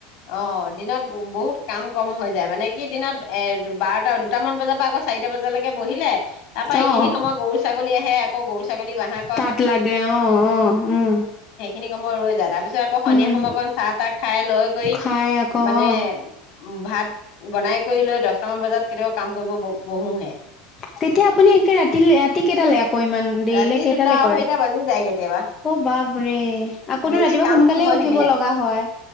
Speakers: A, on the left; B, on the left.
A: অ' দিনত। বহুত কাম। কম হৈ যায় মানে কি দিনত এ বাৰটা দুটামান বজাৰ পৰা আক চাৰিটা বজালৈকে বহিলে তাৰ পৰা এইখিনি
B: অ'।
A: সময়ত গৰু ছাগলী আহে আকৌ গৰু ছাগলী বানহা
B: তাত লাগে অ' অ' উম।
A: কামৰ যা‌ তাৰ পিত তাৰিছত আকৌ সন্ধিয়া
B: উম,
A: সময় অকণ চাহ তাহ খাই লয় কৰি
B: খাই আকৌ
A: মানে
B: অ'।
A: উ ভাত বনাই কৰি লৈ দহটামান বজাত কেতিয়াবা কাম কৰিব ব-বহোঁহে
B: তেতিয়া আপুনি একে ৰাতিলে? ৰাতি কেইটালে আকৌ, ইমান দেৰিলে
A: ৰাতি
B: কেইটালে?
A: দুটা আঢ়ৈটা
B: কৰে?
A: বাজি যায় কেতিয়াবা
B: অ বাপৰে আকৌতো
A: বেছি
B: ৰাতিপুৱা
A: কাম
B: সোনকালে
A: হৈ
B: উঠিব
A: থাকিলে।
B: লগা হয়